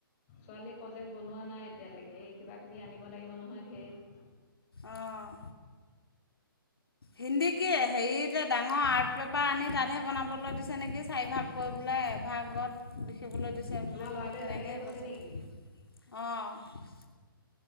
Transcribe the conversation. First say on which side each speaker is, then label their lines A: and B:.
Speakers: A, on the left; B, on the left.
A: ছোৱালী প্ৰজেক্ট বনোৱা নাই এতিয়ালৈকে এই কিবা- কিবি আনিব লাগিব নহয় ঢেৰ।
B: অহ', হিন্দী কি হেৰিতে ডাঙৰ আৰ্ট পেপাৰ আনি তাতহে বনাবলৈ দিছে নেকি চাৰিভাগ কৰিব। বোলে এভাগত লিখিবলৈ দিছে
A: তোমাৰ
B: বুলি
A: ল'ৰাটোৱে
B: কোৱাত তেনেককেহে
A: তেনেকৈ কৈছে
B: কৈছে।
A: নেকি
B: অহ ',